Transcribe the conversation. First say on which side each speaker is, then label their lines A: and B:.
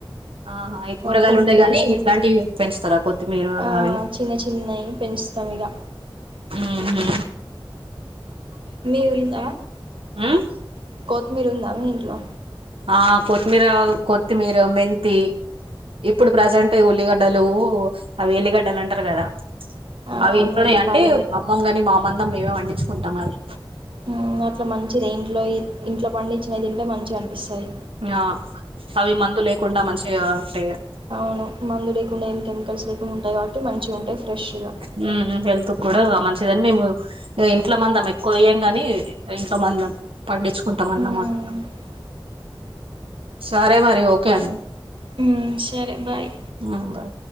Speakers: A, on the right; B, on the right.
A: ఆహా ఈ కూరగాయలు
B: ఓ కుండీలో
A: ఉండయి గాని
B: వేస్తే
A: ఇట్లాంటివి పెంచుతారా కొత్తిమీర
B: ఆ
A: అవి
B: చిన్న చిన్నయి పెంచుతాం ఇగ
A: ఆహా
B: మీది ఉందా
A: ఉమ్
B: కొత్తిమీర ఉందా మీ ఇంట్లో
A: ఆ కొత్తిమీర కొత్తిమీర, మెంతి ఇప్పుడు ప్రజెంట్ ఉల్లిగడ్డలు అవి ఎల్లిగడ్డలు అంటారు కదా
B: ఆ
A: అవి ఇంట్లోనే
B: ఎల్లిపాయలు
A: అంటే అమ్మమ్ కాని మామన్ అంద <unintelligible> మిమే పండించుంటాం అయ్
B: మ్మ్ అట్లా మంచిది ఇంట్లో ఇంట్లో పండించినవి తింటే మంచిగా అనిపిస్తాయి
A: ఆ అవి మందు లేకుండా మంచిగా అంటాయి గా
B: అవును మందు లేకుండా ఏం కెమికల్స్ లేకుండా ఉంటయి కాబట్టి మంచిగా ఉంటాయి ఫ్రెష్గా
A: మ్మ్ హెల్త్ కూడా మంచి మేము ఇంట్లో మందం ఎక్కువ వయ్యం గాని ఇంట్లో మందం పండించుకుంటాం అన్నమాట
B: ఓకే సిస్టర్
A: సరే మరి ఓకే అండి
B: ఉ సరే బాయ్
A: ఉమ్ బాయ్